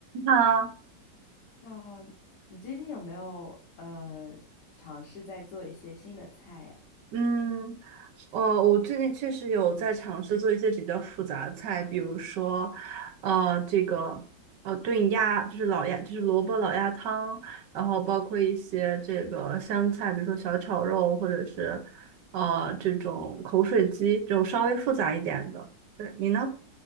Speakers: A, on the right; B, on the left.
A: 啊，
B: 那你最近有没有呃尝试在做一些新的菜呀？
A: 嗯，呃，我最近确实有在尝试做一些比较复杂的菜，比如说，呃，这个呃炖鸭，就是老鸭，就是萝卜老鸭汤，然后包括一些这个湘菜，比如说小炒肉，或者是呃这种口水鸡，这种稍微复杂一点的。对，你呢？